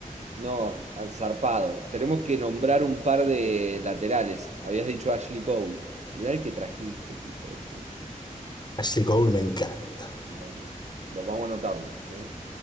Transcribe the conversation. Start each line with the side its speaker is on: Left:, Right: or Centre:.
Right: no, al zarpado. Tenemos que nombrar un par de laterales. Habías dicho Ashley Cole. Mirá el que trajiste, qué hijo de puta.
Left: Ashley Cole me encanta.
Right: Y también. Los vamos a anotarlo, ¿sí?